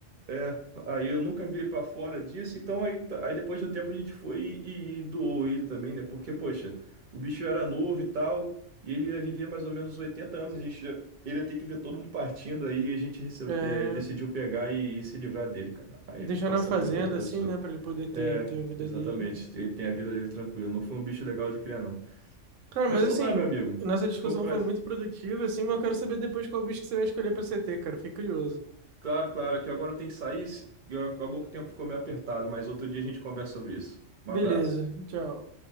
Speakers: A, on the right; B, on the right.
A: É, aí eu nunca vi ele pra fora disso, então aí, tá- aí depois de um tempo a gente foi e, e- doou ele também, né? Porque, poxa, o bicho era novo e tal, e ele ia viver mais ou menos 80 anos, a gente já- ele ia ter que ver todo mundo partindo, aí a gente recebe-
B: É,
A: é, decidiu pegar e, e se livrar dele, cara. Aí
B: deixar
A: passamos
B: na fazenda,
A: ele pra outra pessoa.
B: assim, né, pra ele poder ter,
A: É,
B: ter a vida
A: exatamente,
B: dele.
A: ele tem a vida dele tranquilo, não foi um bicho legal de criar, não.
B: Cara,
A: Mas
B: mas
A: então
B: assim,
A: tá, meu amigo,
B: nossa discussão
A: foi um prazer.
B: foi muito produtiva, assim, mas eu quero saber depois qual bicho que você vai escolher pra C T, cara. Fiquei curioso.
A: Claro, claro, que agora eu tenho que sair, se- e acabou que o tempo ficou meio apertado, mas outro dia a gente conversa sobre isso. Um
B: Beleza,
A: abraço.
B: tchau.